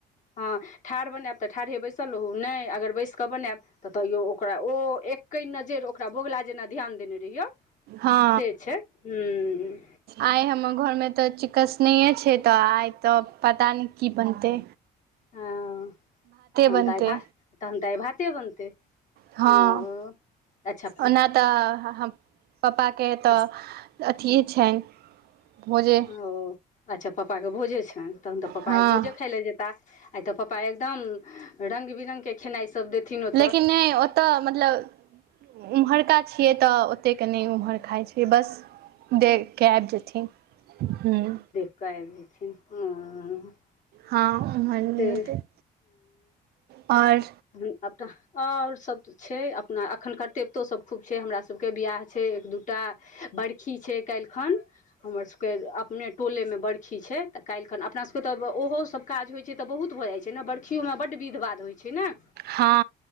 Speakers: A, on the left; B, on the right.
A: हँ, ठाढ़ बनायब त, ठाढ़े बैसल रहू, नहि अगर बैस क बनेब त तयो ओकरा, ओ एक्हि नजरि ओकरा, बोगुला जेना ध्यान देने रहियो।
B: हँ
A: से छै हुं
B: आय हमर घर मे त चिक्स नहिये छै, त, आइ त पता ने की बनते,
A: हँ, तहन
B: बनतै
A: तऽ आइ भा, तहन त आइ भाते बनतै।
B: हँ,
A: ओ अच्छा
B: ओना तऽ, पापाके
A: चिकन
B: त अथिेये छनि, भोजे।
A: ओ, अच्छा, पपाके भोजे छनि, तहन तऽ पप्पा
B: हँ
A: आय भोजे खाय ले जेताह। आय त पपा एकदम, रंग बिरंग के खेनाइ सब देथिन ओतऽ
B: लेकिन नहि ओत मतलब ओम्हरका छियै त, ओतेक नहि ओम्हर खाय छय बस दे कैबजेथिन हूंउ
A: कैल जेथिन <unintelligible>
B: हंऽ उमहर नहि
A: से
B: रहतय, और
A: हुंउ अब त और सभ त छै, अपना अखन करतेबतो सभ खूब छे, हमरा सभके, बियाह छै एक-दूटा। बरखी छै काल्हिखन, हमर सबके अपने टोलेमे बरखी छ। त काल्हि खन, अपना सबके तऽ, ओहो सभ काज होइ छै त, बहुत भ जाइ छै ने, बरखियो में बड्ड विध- बाध होइ छै न।
B: हंअ।